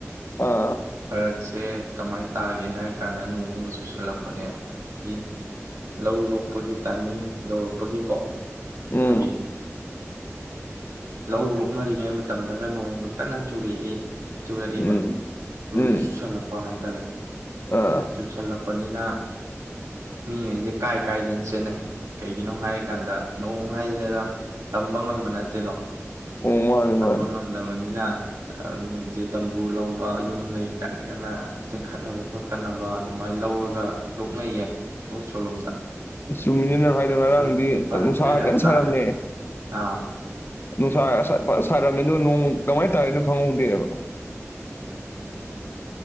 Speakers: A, on the left; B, on the right.
A: ꯑꯥ
B: ꯐꯔꯛꯁꯤ ꯀ ꯀꯃꯥꯏ ꯇꯥꯒꯦ ꯍꯥꯏꯔ ꯀꯥꯟꯗ ꯅꯣꯡꯃꯒ ꯆꯨ ꯁꯜꯂꯛꯄꯅꯦꯗꯤ ꯂꯧ ꯂꯣꯛꯄꯒꯤ ꯇꯥꯏꯃꯤꯡ ꯌꯧꯔꯛꯄꯒꯤꯀꯣ ꯑꯩꯈꯣꯏꯒꯤ
A: ꯎꯝ
B: ꯂꯧ ꯂꯣꯛꯅꯔꯤꯉꯩ ꯃꯇꯝꯗꯒ ꯅꯣꯡꯒ ꯀꯟꯅ ꯆꯨꯔꯛꯏ ꯆꯨꯔꯛꯑꯦꯕ
A: ꯎꯝ
B: ꯆꯨꯁꯨ
A: ꯎꯝ
B: ꯆꯨꯁꯜꯂꯛꯄ ꯍꯥꯏ ꯇꯥꯔꯦ ꯑꯆꯁ
A: ꯑꯥ
B: ꯀꯄꯅꯤꯅ ꯃꯤꯉꯩꯁꯦ ꯀꯥꯏ ꯀꯥꯏꯗꯅ ꯆꯦꯟꯅꯩ ꯀꯩꯒꯤꯅꯣ ꯍꯥꯏꯔ ꯀꯥꯟꯗ ꯅꯣꯡ ꯍꯥꯏꯁꯤꯂꯦꯗ ꯇꯝꯕ ꯉꯝꯕ ꯅꯠꯇꯦꯗꯣ
A: ꯑꯣ ꯃꯥꯅꯤ
B: ꯊꯝꯕ
A: ꯃꯥꯅꯤ
B: ꯉꯝꯗꯕꯅꯤꯅ ꯃꯤꯁꯦ ꯗꯝꯕꯨ ꯂꯧꯕ ꯌꯨꯝꯗꯒꯤꯩ ꯀꯟꯅ ꯀꯟꯅ ꯈꯠꯅꯕ ꯈꯣꯠ ꯈꯠꯅꯕ ꯑꯗꯨꯃꯥꯏꯅ ꯂꯧꯔꯒ ꯂꯣꯛꯅꯩꯌꯦ ꯁꯣꯏ ꯁꯣꯂꯣꯝꯗ
A: ꯆꯨꯝꯃꯤꯅꯤ ꯅꯪ ꯍꯥꯏꯗꯣ ꯉꯔꯥꯡꯗꯤ
B: ꯐꯔꯛ ꯐꯔꯛꯁꯦ
A: ꯅꯨꯡꯁꯥ ꯍꯥꯏꯖꯅ
B: ꯌꯥꯝ ꯇꯥꯔꯦ
A: ꯁꯥꯔꯝꯃꯦ
B: ꯑꯥ
A: ꯅꯨꯡꯁꯥ ꯐꯖ ꯁꯥꯔꯝꯃꯤꯗ ꯅꯣꯡ ꯀꯃꯥꯏꯅ ꯇꯥꯔꯤꯦꯅꯣ ꯈꯪꯍꯧꯗꯦꯕ
B: ꯎꯝ